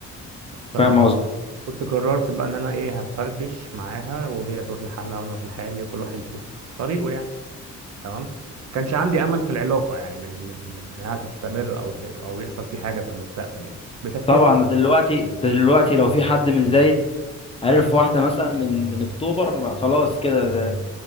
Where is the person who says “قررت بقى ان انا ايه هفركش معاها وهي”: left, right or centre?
Right